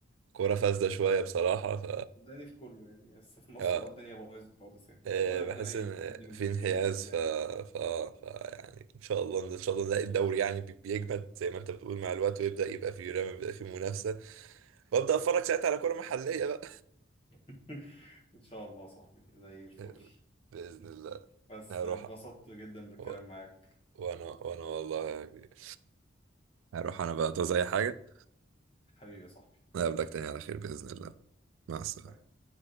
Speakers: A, on the right; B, on the left.
A: كورة فاسدة شوية بصراحة ف
B: صدقني في كله يعني بس في مصر
A: آه،
B: اه الدنيا بايظه خالص يعني
A: آه،
B: والله
A: بحس
B: ربنا يقدم
A: ان
B: اللي
A: في
B: فيه
A: انحياز
B: الخير خير بجد
A: ف...
B: يعني
A: ف... ف يعني ان شاء الله ان شاء الله نلاقي الدوري يعني بي- بيجمد زي ما انت بتقول مع الوقت ويبدأ يبقى فيه رمي يبقى فيه منافسة وابدأ اتفرج ساعتها على كورة محلية بقى
B: <laughs> ان شاء الله يا صاحبي زي الفل
A: <laughs> بإذن الله
B: بس
A: هروح
B: اتبسطت جدا بالكلام
A: و...
B: معاك
A: وانا وانا والله يا كبير. هروح انا بقى
B: حبيبي
A: تعوز اي حاجة
B: حبيبي يا صاحبي
A: نقابلك تاني
B: يلا
A: على خير بإذن الله مع السلامة
B: سلام